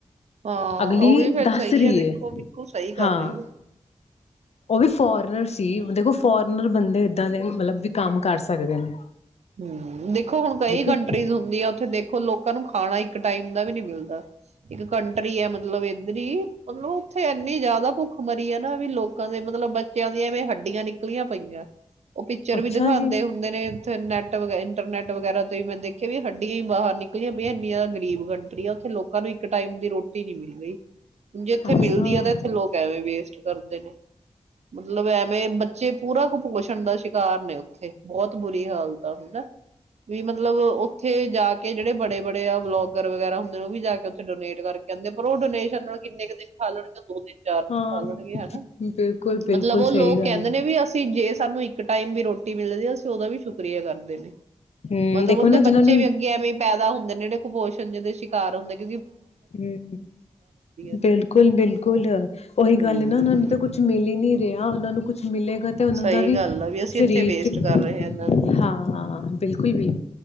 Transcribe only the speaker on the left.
ਅਗਲੀ
ਦੱਸ
ਰਹੀ
ਹੈ
ਹਾਂ
ਉਹ ਵੀ ਫੋਰਨਰ ਸੀ ਦੇਖੋ ਫੋਰਨਰ ਬੰਦੇ ਏਦਾਂ ਦੇ ਮਤਲਬ ਵੀ ਕੰਮ ਕਰ ਸਕਦੇ ਨੇ
ਦੇਖੋ
ਅੱਛਾ
ਜੀ
ਅੱਛਾ
ਹਾਂ,
ਬਿਲਕੁਲ-ਬਿਲਕੁਲ
ਸਹੀ
ਗੱਲ
ਹੈ।
ਹੂੰ,
ਦੇਖੋ
ਨਾ ਜਿਹਨਾਂ
ਨੂੰ
ਹਮ
ਬਿਲਕੁਲ- ਬਿਲਕੁਲ ਉਹੀ
ਗੱਲ ਨਾ ਉਹਨਾਂ ਨੂੰ ਤਾਂ ਕੁਛ ਮਿਲ ਹੀ ਨੀ ਰਿਹਾ ਉਹਨਾਂ ਨੂੰ ਕੁਛ ਮਿਲੇਗਾ ਤੇ ਉਹਨਾਂ
ਦਾ ਵੀ
ਸਰੀਰ
ਚ
ਹਾਂ ਬਿਲਕੁਲ ਬਿਲ